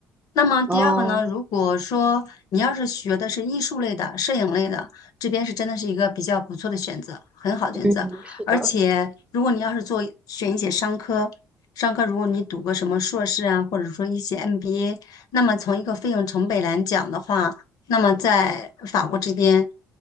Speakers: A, on the left; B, on the right.
A: 那么第二个呢，
B: 哦，
A: 如果说你要是学的是艺术类的、摄影类的，这边是真的是一个比较不错的选择，很好的选择。
B: 嗯，是的，
A: 而且，如果你要是做选一些商科，商科如果你读个什么硕士啊，或者说一些 MBA，那么从一个费用成本来讲的话，那么在法国这边